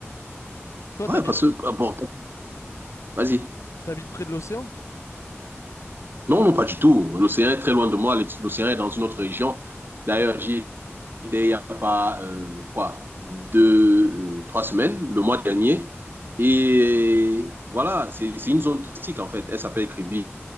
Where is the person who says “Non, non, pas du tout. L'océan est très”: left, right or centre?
Right